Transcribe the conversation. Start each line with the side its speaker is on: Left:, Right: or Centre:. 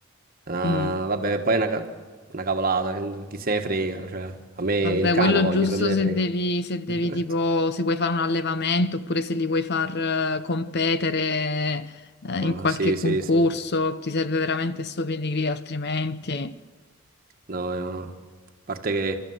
Right: Ah,
Left: Mm.
Right: vabbè, poi è una, ca- una cavolata, chi se ne frega, cioè, a me
Left: Vabbè,
Right: il cane
Left: quello
Right: voglio,
Left: giusto
Right: che me ne
Left: se
Right: frega.
Left: devi, se devi
Right: <laughs>
Left: tipo, se vuoi fare un allevamento oppure se li vuoi far eh, competere eh,
Right: Ah,
Left: in qualche
Right: sì, sì,
Left: concorso,
Right: sì.
Left: ti serve veramente sto pedigree, altrimenti...
Right: No, eh, no. A parte che